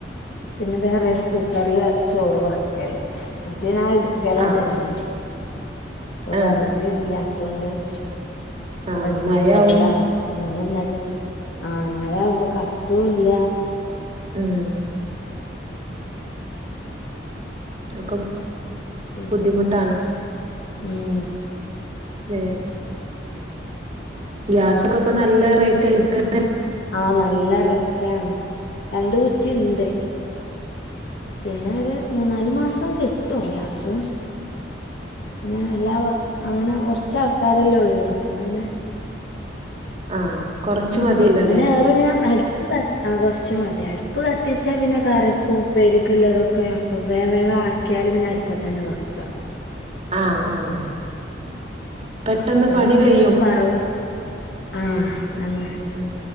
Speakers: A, on the left (about 60°); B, on the right (about 35°).
A: പിന്നെ വേറെ സ് കുക്കറില് ചോറ് വെക്കല് <unintelligible>
B: ആഹ് ആഹ്
A: ഇപ്പ
B: ആഹ്
A: വിറക് ഇല്ല <unintelligible>
B: ആഹ്
A: റൈസ്
B: മഴയാവും
A: കുക്കറില എന്നും <unintelligible> ആഹ് മഴ ആകുമ്പോ കത്തു ഇല്ല.
B: ഉം <unintelligible>
A: പിന്നെന്താ
B: ബുദ്ധിമുട്ടാണ്
A: ഉം
B: <unintelligible> ഗ്യാസൊക്കെ ഇപ്പ നല്ല റേറ്റ <unintelligible>
A: ആഹ് നല്ല റേറ്റാണ് രണ്ട് കു <unintelligible> ഇണ്ട് പിന്നെ ഒര് മൂന്നാല് മാസം കിട്ടും ഗ്യാസ് പിന്നാ എല്ലാ <unintelligible> അങ്ങനെ കൊറച്ചാ ആൾ <unintelligible> അപ്പ പിന്നെ
B: ആഹ് കൊറച്ച്
A: ആണാ
B: മതിയല്ലോ
A: <unintelligible>
B: അല്ലേ
A: പിന്നെ <unintelligible> ഞാൻ അടുപ്പു ആ കൊറച്ച് മതി അടുപ്പ് കത്തിച്ചാ പിന്നെ കറിക്കും ഉപ്പേരിക്കും ഇല്ല അതൊക്കെ അപ്പ വേ വേ ആക്കിയാലും പിന്നെ അടുപ്പ തന്നെ വെക്ക്ക
B: ആഹ് ആഹ് പെട്ടെന്ന്
A: പിന്നെ
B: പണി
A: എന്തെങ്കിലൊക്കെ
B: കഴിയും
A: വെറവ് ആഹ് അങ്ങ
B: ഉം